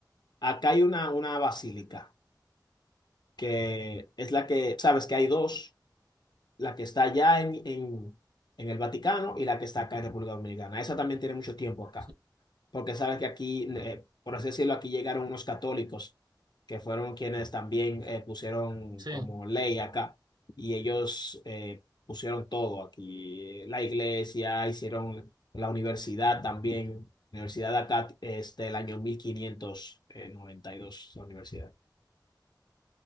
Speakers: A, on the left; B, on the right.
A: acá hay una, una basílica, que
B: Ya.
A: es la que, sabes que hay dos. la que está allá en, en, en el Vaticano y la que está acá en República Dominicana. Esa también tiene mucho tiempo acá,
B: Sí,
A: porque sabes que aquí, eh, por así decirlo, aquí llegaron unos católicos que fueron quienes también eh, pusieron
B: sí,
A: como ley acá y ellos eh, pusieron todo aquí, la iglesia, hicieron la universidad también. La universidad de acá, este, el año mil quinientos noventa y dos la universidad.